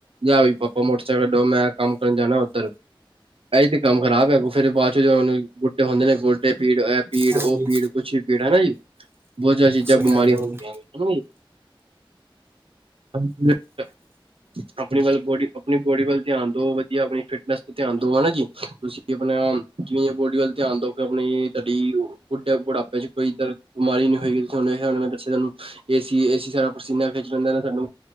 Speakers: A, on the right (about 80°); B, on the right (about 25°).
A: ਲਿਆ ਵੀ ਪਾਪਾ ਮੋਟਰਸਾਈਕਲ ਦੋ, ਮੈਂ, ਕੰਮ ਕਰਨ ਜਾਣਾ ਉੱਧਰ ਇਹਹੀ ਤੇ ਕੰਮ ਖ਼ਰਾਬ ਹੈ, ਫੇਰ ਬਾਅਦ'ਚ ਗੁੱਟੇ ਹੁੰਦੇ ਨੇ, ਗੋਡੇ ਪੀੜ, ਇਹ ਪੀੜ,
B: ਹਾਂਜੀ
A: ਉਹ ਪੀੜ ਕੁਛ ਵੀ ਭੀੜ ਹਨਾ ਜੀ। ਬਹੁਤਿਆ ਚੀਜ਼ਾਂ
B: ਸਹੀ
A: ਬਿਮਾਰੀਆਂ
B: ਗੱਲ ਹੈ
A: ਹੁੰਦੀਆਂ
B: ਜੀ
A: ਨੇ, ਹਨਾ ਜੀ। ਹ <unintelligible> ਆਪਣੀ ਵੱਲ, ਬੋਡੀ, ਆਪਣੀ ਬੋਡੀ ਵੱਲ ਧਿਆਨ ਦੋ, ਵਧੀਆ ਆਪਣੀ ਫਿਟਨੈਸ ਧਿਆਨ ਦੋ, ਹਨਾ ਜੀ। ਤੁਸੀਂ ਆਪਣਾ ਜਿਵੇਂ ਬੋਡੀ ਵੱਲ ਧਿਆਨ ਦੋਂਗੇ ਕਿ ਆਪਣੀ ਤੁਹਾਡੀ ਬੁਡੁ ਵਿੱਚ ਕੋਈ ਬਿਮਾਰੀ ਨਹੀਂ ਹੋਈਗੀ, ਤੁਹਾਨੂੰ ਇਹ ਮ ਦੱਸਿਆ ਤੁਹਾਨੂੰ ਏਸੀ, ਏਸੀ ਸਾਡਾ ਪਸੀਨਾ ਖਿੱਚ ਲੇਂਦਾ ਨਾ, ਸਾਨੂੰ